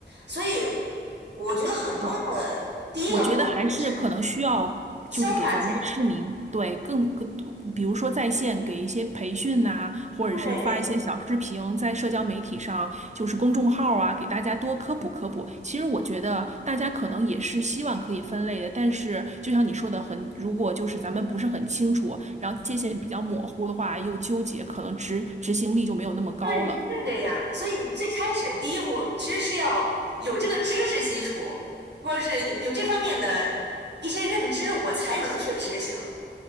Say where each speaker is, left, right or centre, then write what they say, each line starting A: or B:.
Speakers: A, on the right; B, on the right.
A: 所以我觉得很重要的第一个步骤就是
B: 嗯。我觉得还是可能需要，
A: 教大家。
B: 就是给咱们的市民，对，更更，比如说在线给一些培训呐、或者是发一些小视频在社交媒体上，
A: 对
B: 就是公众号啊，给大家多科普科普。其实我觉得大家可能也是希望可以分类的，但是就像你说的很，如果就是咱们不是很清楚，然后界限比较模糊的话，又纠结，可能执执行力就没有那么高了。
A: 对，是这样。所以最开始第一步其实是要有这个知识基础，或者是有有这方面的一些认知，我才能去执行。